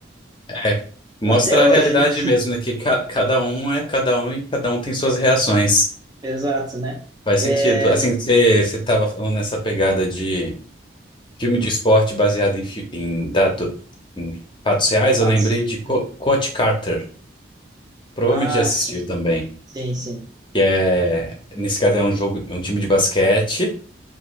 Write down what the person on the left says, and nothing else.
É, mostra
a realidade
mesmo, né? Que ca- cada um é cada um e cada um tem suas reações.
Faz
sentido. Assim, você estava falando nessa pegada de Filme de esporte baseado em, fi- em, dado- em fatos reais,
eu lembrei de Co-
Coach Carter. Provavelmente
já assistiu
também.
Que é, nesse caso é um jogo, é um time de basquete.